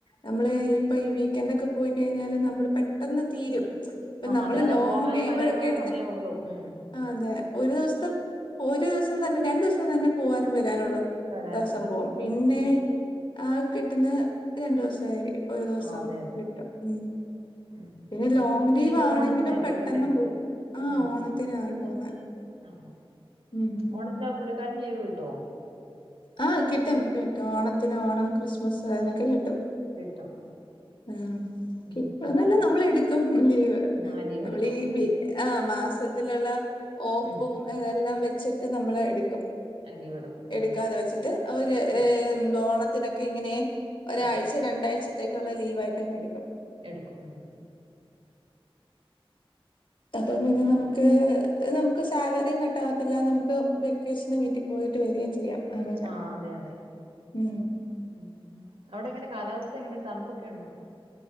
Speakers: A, on the left; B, on the right.
A: നമ്മള് ഇപ്പൊ ഈ വീക്കെൻഡ ഒക്കെ പോയി കഴിഞ്ഞാല് നമ്മള് പെട്ടെന്ന് തീരും. ഇപ്പ
B: ആ
A: നമ്മള്
B: അതെ അതെ
A: ലോങ്
B: പോകാനും
A: ലീവ
B: വരാനുള്ള
A: ഒക്കെ എടുത്തി
B: സമയമേ ഉള്ളൂ ഉം
A: അതെ ഒരു ദിവസത്തെ ഒരു ദിവസ സം തന്നെ രണ്ടു ദിവസം തന്നെ പോവാനും വരാനുള്ള
B: വരാനുള്ള
A: സംഭവം
B: സമയം
A: പിന്നെ
B: ആ
A: ആ കിട്ടുന്ന രണ്ടു ദിവസമായി ഒരു ദിവസം
B: ആ അതെ അതെ
A: കിട്ടും ഉ
B: ഉം ഉം.
A: പിന്നെ ലോങ് ലീവ്
B: ഇനിയിപ്പോ
A: ആണെങ്കിലും
B: ഓണത്തിനായിരിക്കും
A: പെട്ടെന്ന്
B: അല്ലേ
A: പോവും ആ
B: ഉം
A: ഓണത്തിന് ആയി പോന്നെ
B: ആ
A: ഉം
B: ഓണത്തിനാ
A: ഉം.
B: പുള്ളിക്കാരൻ ലീവ് കിട്ടോ
A: ആ കിട്ടും കിട്ടും ഓണത്തിന് ഓണം ക്രിസ്മസ് അതിനൊക്കെ കിട്ടും.
B: കിട്ടും.
A: ആ
B: ഉം.
A: കിട്ടന്നല്ല നമ്മൾ എടുക്കും ലീവ്
B: ആ ലീവ്
A: നമ്മള
B: എടുക്കും
A: ആ മാസത്തിലുള്ള ഓഫും
B: ഉം
A: അതെല്ലാം വെച്ചിട്ട് നമ്മൾ എടു
B: ആ ലീവ് എടുക്കും
A: എടുക്കാതെ
B: ആ
A: വെച്ചിട്ട് അവര്
B: ആ
A: ഓണത്തിനൊക്കെ ഇങ്ങനെ - ഒരാഴ്ച
B: ആ
A: രണ്ടാഴ്ചത്തേക്കുള്ള ലീവായ്ട്ട് അങ്ങ് എടുക്കും
B: എടുക്കും.
A: അപ്പൊ പിന്നെ നമുക്ക് നമുക്ക് സാലറിയും കട്ടാവത്തില്ല നമുക്ക് വെക്കേഷന് വീട്ടിൽ പോയി വരിയും ചെയ്യാം അങ്ങനെ
B: ആ അതെ അതെ
A: ഉ
B: ഉം. അവിടെ എങ്ങനെ കാലാവസ്ഥ എങ്ങനെ തണുപ്പൊക്കെ ഉണ്ടോ?